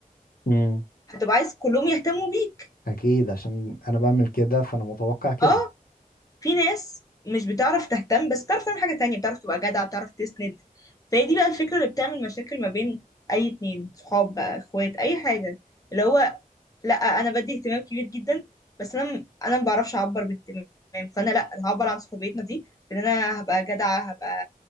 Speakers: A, on the left; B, on the left.
A: امم
B: هتبقى عايز كلهم يهتموا بيك
A: اكيد عشان انا بعمل كده فانا متوقع كده
B: اه في ناس مش بتعرف تهتم بس بتعرف تعمل حاجة تانية بتعرف تبقى جدع بتعرف تسند فهي دي بقى الفكرة اللي بتعمل مشاكل ما بين أي اتنين صحاب بقى اخوات أي حاجة اللي هو لأ أنا بدي اهتمام كبير جدا بس أنا أنا ما بعرفش أعبر باهتمام فأنا لأ أنا هعبر عن صحوبيتنا دي بإن أنا هبقى جدعة هبقى